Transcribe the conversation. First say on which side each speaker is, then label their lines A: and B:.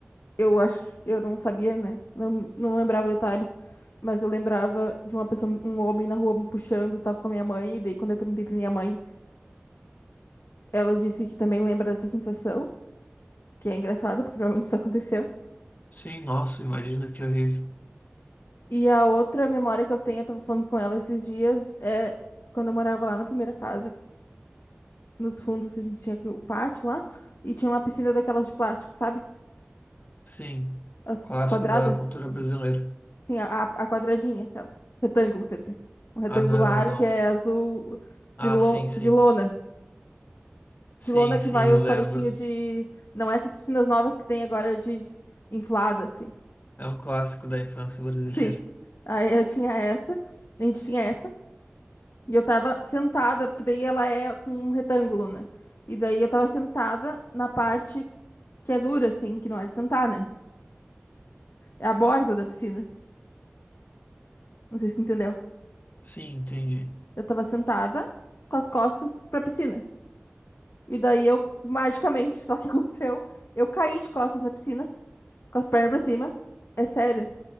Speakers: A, on the left; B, on the left.
A: eu acho, eu não sabia, né? Não, não lembrava detalhes, mas eu lembrava de uma pessoa, um homem na rua me puxando, tava com a minha mãe, e daí quando eu perguntei pra minha mãe, ela disse que também lembra dessa sensação, que é engraçado, porque provavelmente isso <laughs> aconteceu.
B: Sim, nossa, imagina que horrível.
A: E a outra memória que eu tenho, eu tava falando com ela esses dias, é quando eu morava lá na primeira casa, nos fundos a gente tinha aqui o pátio lá, e tinha uma piscina daquelas de plástico, sabe?
B: Sim,
A: As
B: clássico
A: quadradas.
B: da cultura brasileira.
A: Sim, a, a a quadradinha, aquela. Retângulo, quer dizer. Um retangular
B: Ah, não era redonda.
A: que é azul de,
B: Ah,
A: lo,
B: sim, sim.
A: de lona.
B: Sim,
A: De lona que
B: sim,
A: vai
B: eu
A: os
B: lembro.
A: palitinhos de. Não, essas piscinas novas que tem agora de de- inflada, assim.
B: É um clássico da infância brasileira.
A: Sim. Aí eu tinha essa, a gente tinha essa, e eu tava sentada, porque daí ela é um retângulo, né? E daí eu tava sentada na parte que é dura, assim, que não é de sentar, né? É a borda da piscina. Não sei se tu entendeu.
B: <laughs> Sim, entendi.
A: Eu tava sentada com as costas pra piscina. E daí eu, magicamente, <laughs> só que aconteceu, eu caí de costas na piscina, com as pernas pra cima. É sério.